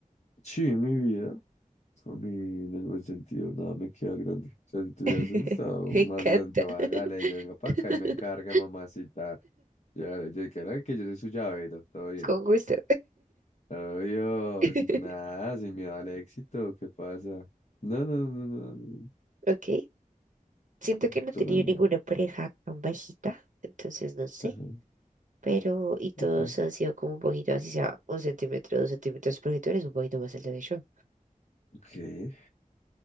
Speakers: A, on the left; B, on the right.
A: Sí, mi vida. A mí, en el buen sentido, nada me queda grande. O sea, si tuvieses
B: <laughs>
A: estado
B: Me
A: más
B: encanta,
A: grande, yo hágale, yo venga para
B: <laughs>
A: acá y me carga, mamacita. Ya, yo creo que yo soy su llavero, todo bien.
B: con gusto.
A: Obvio,
B: <laughs>
A: sin nada, sin miedo al éxito, ¿qué pasa? No, no, no, no, no.
B: Ok. Siento que no he
A: Tú,
B: tenido
A: mi amor.
B: ninguna pareja tan bajita, entonces no sé,
A: Ajá.
B: pero y todos
A: Ok,
B: han sido como un poquito, así sea un centímetro, dos centímetros, porque tú eres un poquito más alto que yo.
A: ok,